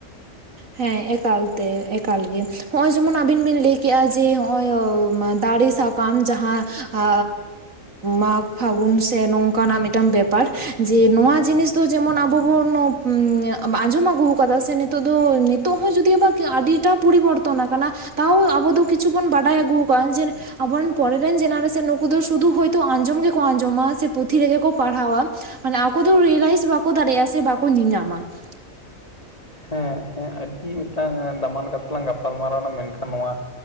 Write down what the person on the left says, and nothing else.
ᱦᱮᱸ ᱦᱮᱸ ᱟᱹᱰᱤ ᱢᱤᱫᱴᱟᱝ ᱫᱟᱢᱟᱱ ᱠᱟᱛᱷᱟ ᱞᱟᱝ ᱜᱟᱯᱟᱞ ᱢᱟᱨᱟᱣ ᱱᱟ ᱢᱮᱱᱠᱷᱟᱱ ᱱᱚᱣᱟ